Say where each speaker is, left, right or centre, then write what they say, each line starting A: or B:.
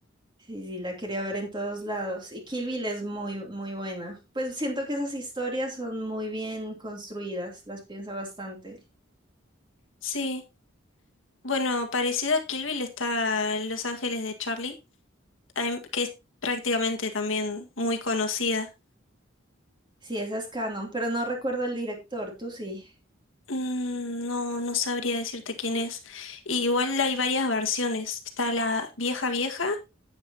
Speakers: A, on the right; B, on the left.
A: sí, sí, la quería ver en todos lados. Y Kill Bill es muy, muy buena. Pues siento que esas historias son muy bien construidas, las piensa bastante.
B: Sí. Bueno, parecido a Kill Bill está Los Ángeles de Charlie. em, que es prácticamente también muy conocida.
A: Sí, esa es canon, pero no recuerdo el director, tú sí.
B: Mm, No, no sabría decirte quién es. Y igual hay varias versiones. Está la vieja vieja,